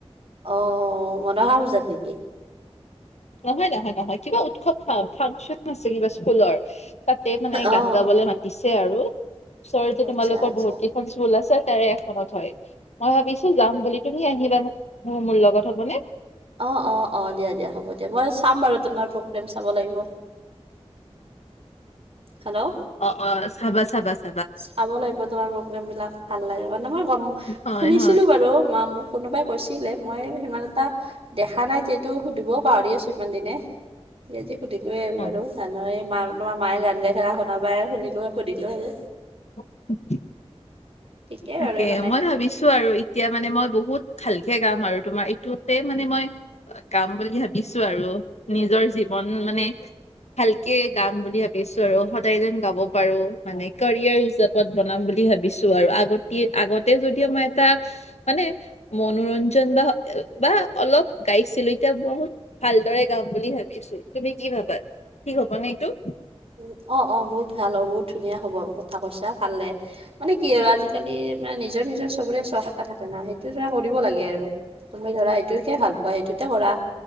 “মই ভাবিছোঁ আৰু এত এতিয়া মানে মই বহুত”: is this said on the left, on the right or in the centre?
Left